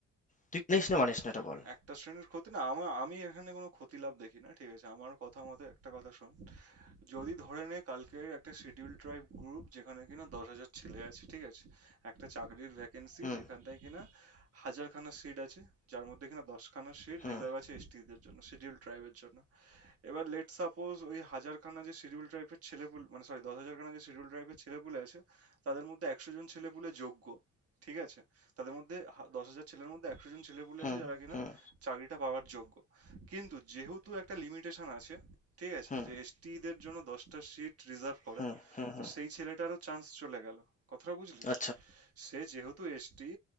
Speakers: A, on the left (about 25°); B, on the right (about 50°).
A: তুই মানিস না মানিস না এটা বল?
B: একটা শ্রেণীর ক্ষতি না আমার আমি এখানে কোনো ক্ষতি লাভ দেখি না ঠিক আছে আমার কথা মতে একটা কথা শোন যদি ধরে নে কালকের একটা শিডিউল ট্রাইব গ্রুপ যেখানে কিনা দশ হাজার ছেলে আছে ঠিক আছে একটা চাকরির ভ্যাকেন্সি
A: হুম,
B: যেখানটায় কিনা হাজারখানা সিট আছে যার মধ্যে কিনা দশখানা সিট
A: হুম,
B: রিজার্ভ আছে এসটিদের জন্য শিডিউল ট্রাইবের জন্য এবার লেট সাপোজ ওই হাজারখানা যে শিডিউল ট্রাইবের ছেলেপুলে মানে সরি দশ হাজারখানা যে শিডিউল ট্রাইবের ছেলেপুলে আছে তাদের মধ্যে একশো জন ছেলেপুলে যোগ্য ঠিক আছে তাদের মধ্যে হা- দশ হাজার ছেলের মধ্যে একশো জন ছেলেপুলে
A: হুম,
B: আছে যারা কিনা
A: হুম,
B: চাকরিটা পাওয়ার যোগ্য কিন্তু যেহেতু একটা লিমিটেশন আছে ঠিক আছে
A: হুম,
B: যে এসটি দের জন্য দশটা সিট রিজার্ভ করা
A: হুম, হুম,
B: তো
A: হুম।
B: সেই ছেলেটারও চান্স চলে গেল কথাটা বুঝলিস
A: আচ্ছা,
B: সে যেহেতু এসটি